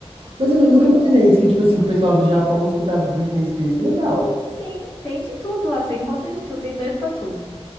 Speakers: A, on the right (about 60°); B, on the left (about 45°).
A: Mas eu nu- nunca imaginei isso, que, tipo assim, que o pessoal do Japão escutava Britney Spears. Que legal.
B: Sim, tem de tudo lá, você encontra de tudo, tem doido pra tudo.